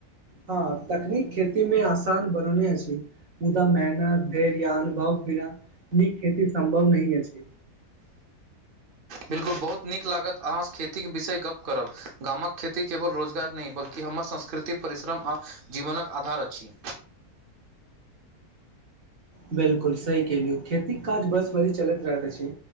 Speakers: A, on the right; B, on the right.
A: हँ तकनीक खेती मे आसान बनौने अछि मुदा मेहनत धर या अनुभव बिना नीक खेती सम्भव नहि अछि
B: बिल्कुल बहुत नीक लागत अहाँ खेतीक विषय गप्प करब गामक खेती केवल रोजगार नहि ब कि हमर संस्कृति परिश्रम आओ जीवनक आधार अछि
A: बिलकुल सही केलियौ खेतीके काज बस भी चलैत रहैत अछि।